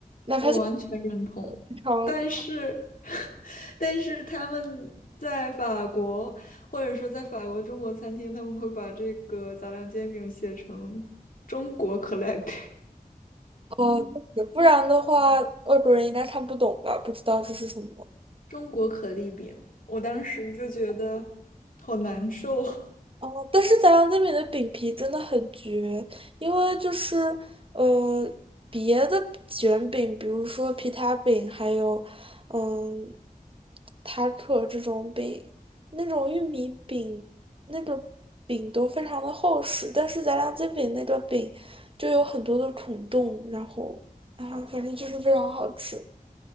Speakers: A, on the right; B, on the left.
A: 哪怕是
B: 我完全认同。
A: 正常
B: 但是，<laughs> 但是他们在法国，或者说在法国中国餐厅，他们会把这个杂粮煎饼写成中国可丽饼，
A: 呃，不然的话，外国人应该看不懂吧？不知道这是什么。
B: 中国可丽饼。我当时就觉得好难受。
A: 哦，但是杂粮煎饼的饼皮真的很绝，因为就是呃，别的卷饼，比如说皮塔饼，还有嗯，塔克这种饼，那种玉米饼，那个饼都非常的厚实，但是杂粮煎饼那个饼就有很多的孔洞，然后啊，反正就是非常好吃。